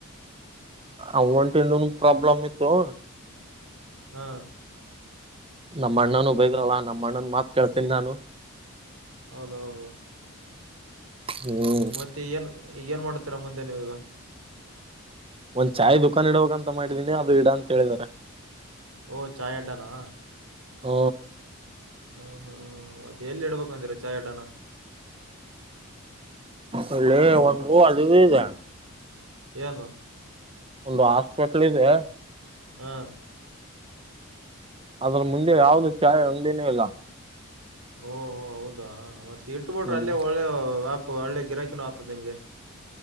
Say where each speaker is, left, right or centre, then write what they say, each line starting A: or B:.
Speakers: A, on the right; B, on the right.
A: ಅಮೊನ್ಟ್ ಇಂದು ಪ್ರಾಬ್ಲಮ್ ಇತ್ತು
B: ಹಾ
A: ನಮ್ಮ ಅಣ್ಣನು ಬೈದ್ರಲ್ಲಾ ನಮ್ಮಣ್ಣನ್ ಮಾತ್ ಕೇಳ್ತೀನಿ ನಾನು
B: ಹೌದ ಹೌದು
A: ಹ್ಮ್
B: ಈ ಮತ್ತೆ ಏನ್ ಏನ್ ಮಾಡ್ತಾರ ಮುಂದಿನ ಈಗ
A: ಒಂದ್ ಚಾಯ್ ದುಖಾನ್ ಇಡ್ಬೇಕಂತ ಮಾಡಿದೀನಿ ಅದು ಇಡಾ ಅಂತ ಹೇಳಿದಿದ್ದಾರೆ
B: ಓ ಚಾಯ ಅಡ್ಡಾನಾ
A: ಹ್ಮ
B: ಹ್ಮ್ ಹ್ಮ್ ಮತ್ತೆ ಎಲ್ಲಿ ಇಡ್ಬೇಕು ಅಂದಿರ ಚಾಯ್ ಅಡ್ಡಾನ
A: ಅಲ್ಲ ಒಂದ ಹೂ ಅಲ್ಲಿದ ಇದೆ
B: ಏನು
A: ಒಂದು ಹಾಸ್ಪೆಟ್ಲ್ ಇದೆ
B: ಹಾ
A: ಅದ್ರ ಮುಂದೆ ಯಾವ್ದ ಚಾಯೆ ಅಂಗೇನೆ ಇಲ್ಲ
B: ಓಹ ಹೌದಾ ಮತ್ತೆ ಇಟ್ಬಿಟ್ರೆ
A: ಹ್ಮ್
B: ಅಲ್ಲೇ ಒಳ್ಳೆ ವ್ಯಾ ಹ ಒಳ್ಳೆ ಗಿರಾಕಿನೂ ಆಗ್ತದೆ ನಿಮ್ಗೆ